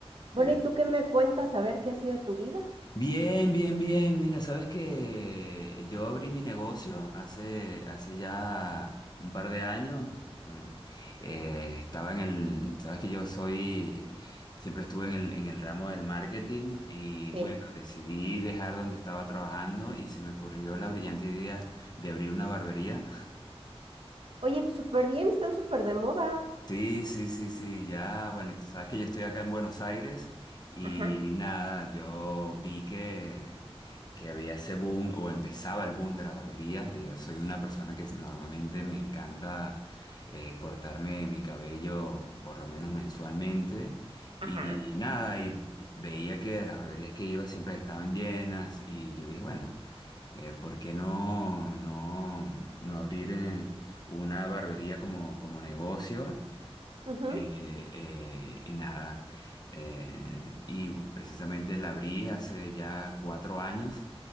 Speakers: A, on the right; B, on the left.
A: Bueno,
B: Qué
A: ¿y
B: bien.
A: tú qué me cuentas? A ver qué ha sido de tu vida.
B: Bien, bien, bien. Mira, sabes que yo abrí mi negocio hace, hace ya un par de años. Bueno, eh, estaba en el, sabes que yo soy, siempre estuve en el, en el ramo del marketing y
A: Sí.
B: bueno, decidí dejar donde estaba trabajando y se me ocurrió la brillante idea de abrir una barbería.
A: Oye, súper bien, están súper de moda.
B: Sí, sí, sí, sí, ya, bueno, tú sabes que yo estoy acá en Buenos Aires y
A: Ajá,
B: nada, yo vi que, que había ese boom o empezaba el boom de las barberías, pues yo soy una persona que normalmente me encanta eh, cortarme mi cabello por lo menos mensualmente y
A: ajá.
B: nada, y veía que las barberías que iba siempre estaban llenas y yo dije, bueno, eh, ¿por qué no, no, no abrir eh, una barbería como, como negocio?
A: Ujú,
B: Eh, eh, y nada, eh, y precisamente la abrí hace ya cuatro años